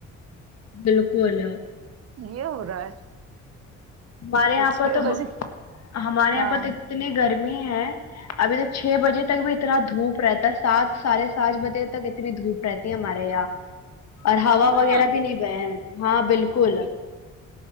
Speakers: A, on the left; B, on the right.
A: بالکل
B: یہ ہو رہا ہے
A: ہمارے یہاں
B: چھ
A: پر تو
B: بجے
A: ہمارے یہاں
B: ہاں
A: پر تو اتنی گرمی ہے ہیں ابھی تو چھ بجے تک بھی اتنا دھوپ رہتا ہے سات سارے سانج بجے تک اتنی دھوپ رہتی ت مار ہ اور ہوا
B: ہاں
A: وغیرہ بھی نہیں بئے ہاں بالکل